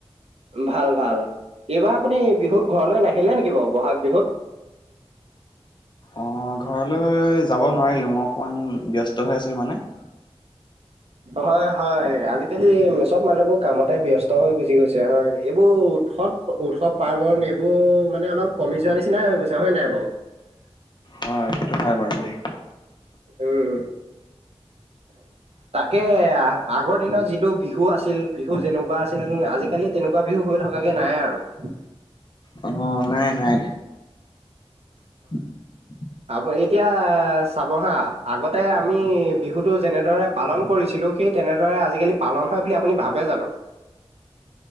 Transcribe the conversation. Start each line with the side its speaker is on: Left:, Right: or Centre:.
Right: ভাল ভাল এইবাৰ আপুনি বিহুত ঘৰলৈ নাহিলে নেকি বাৰু ব'হাগ বিহুত।
Left: অ' ঘৰলৈ যাব নোৱাৰিলো মই অকমান ব্যস্ত হৈ আছিলো মানে। <inaudible>
Right: হয় হয়, আজিকালি চব মানুহবোৰ কামতে ব্যস্ত হৈ গুচি গৈছে হয় এইবোৰ উৎসৱ পাৰ্বণ এইবোৰ মানে অলপ কমি যোৱা নিচিনাই হৈ গৈছে হয় নাই বাৰু?
Left: হয় সেইটো হয় বাৰু দেই।
Right: উম। তাকে আগৰ দিনত যিটো বিহু আছিল বিহু যেনেকুৱা আছিল আজিকালিত তেনেকুৱা বিহু হৈ থকাগে নাই আৰু।
Left: অ', নাই নাই। <inaudible>
Right: অ' এতিয়া চাব হা আগতে আমি বিহুতটো যেনেদৰে পালন কৰিছিলোঁ, সেই তেনেদৰে আজিকালি পালন হয় বুলি আপুনি ভাবে জানো?